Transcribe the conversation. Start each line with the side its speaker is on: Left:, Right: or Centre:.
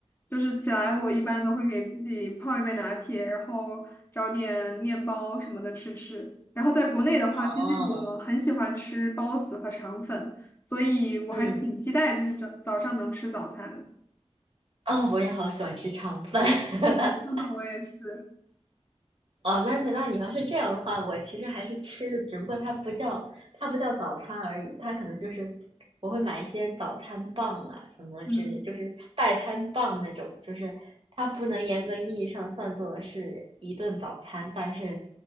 Left: 就是起来我一般都会给自己泡一杯拿铁，然后找点面包什么的吃吃。然后在国内的话，
Right: 哦，
Left: 其实我很喜欢吃包子和肠粉，所以我还挺期待就是早早上能吃早餐的。
Right: 嗯，哦，我也好喜欢吃肠饭。<laughs>
Left: <laughs> 我也是，
Right: 哦，那那那你要是这样的话，我其实还是吃的，只不过它不叫它不叫早餐而已，它可能就是我会买一些早餐棒啊什么之类，
Left: 嗯。
Right: 就是代餐棒那种，就是它不能严格意义上算作是一顿早餐，但是